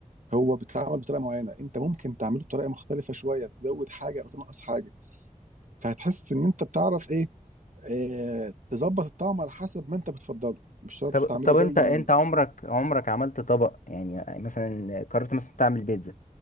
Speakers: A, on the right; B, on the left.
A: هو بيتعمل بطريقه معينه انت ممكن تعمله بطريقه مختلفه شويه تزود حاجه او تنقص حاجه فهتحس ان انت بتعرف ايه آه تظبط الطعم على حسب ما انت بتفضله مش شرط
B: طب
A: تعمله
B: طب
A: زي
B: أنت أنت عمرك عمرك عملت طبق يعني مثلا قررت مثلا تعمل بيتزا